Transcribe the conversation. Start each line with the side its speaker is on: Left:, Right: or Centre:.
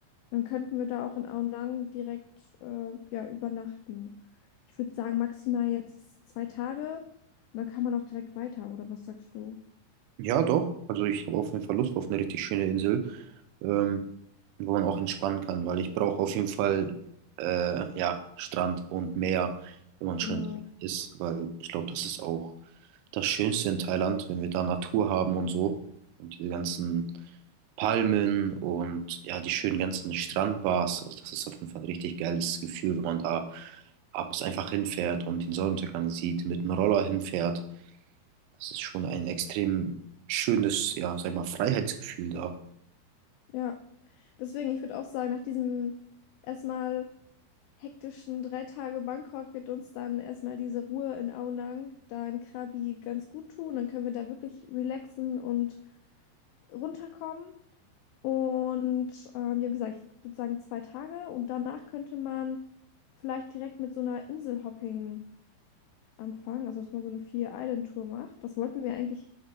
Left: Dann könnten wir da auch in Aonang direkt äh, ja, übernachten. Ich würde sagen, maximal jetzt zwei Tage und dann kann man auch direkt weiter, oder was sagst du?
Right: ja, doch. Also ich habe auf jeden Fall Lust auf eine richtig schöne Insel. ähm, wo man auch entspannen kann, weil ich brauche auf jeden Fall äh, ja, Strand und Meer, wenn man schön
Left: Genau.
Right: ist, weil ich glaube, das ist auch das Schönste in Thailand, wenn wir da Natur haben und so und diese ganzen Palmen und ja, die schönen ganzen Strandbars. Also das ist auf jeden Fall ein richtig geiles Gefühl, wenn man da abends einfach hinfährt und den Sonnenuntergang sieht, mit dem Roller hinfährt. Das ist schon ein extrem schönes, ja, sag ich mal, Freiheitsgefühl da.
Left: Ja, deswegen, ich würde auch sagen, nach diesem erstmal hektischen drei Tage Bangkok wird uns dann erstmal diese Ruhe in Aonang, da in Krabi, ganz gut tun. Dann können wir da wirklich relaxen und runterkommen. Und ähm, ja, wie gesagt, ich würde sagen zwei Tage. Und danach könnte man vielleicht direkt mit so einer Inselhopping anfangen, also dass man so eine Vier-Island-Tour macht. Das wollten wir eigentlich